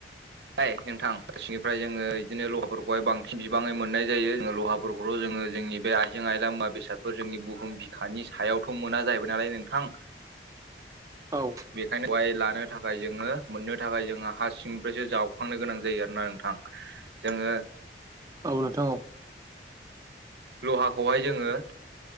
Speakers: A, on the right (about 75°); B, on the right (about 20°).
A: इ नोंथां ग सिनिफ्राय जोङो बिदिनो लहाफोरखौहाय बांसिन बिबाङै मोननाय जायो जोङो लहाफोरखौथ' जोङो जोंनि बे आइ जों आइला मुवा बेसादफोर जोंनि बुहुम बिखानि सायावथ' मोना जाहैबाय नालाय नोंथां
B: औ
A: बेखायनो बेाय लानो थाखाय जोङो मोननो थाखाय जोङो हा सिंनिफ्रायसो जाव सखांनो गोनां जायो आरोोना नोंथां जोङो
B: औ नोंथां औ
A: लहाखौहाय जोङो